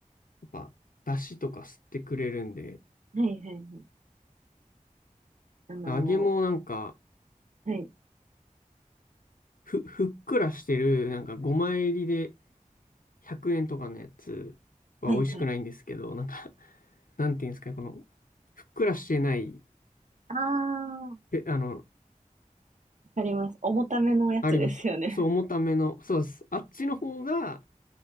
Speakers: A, on the left; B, on the right.
A: っぱ、だしとか吸ってくれるんで。
B: はいはいはい。あの
A: 揚げもなんか、
B: ーはい。
A: ふ、ふっくらしてる、なんか5枚入りで100円とかのやつは美味しくないんですけど、
B: はいはい。
A: なんか、なんていうんですかね、この、ふっくらしてない、
B: ああ、わ
A: え、あの、
B: かります。重ためのやつですよね。
A: あります。そう、重ための、そうです。あっちの方が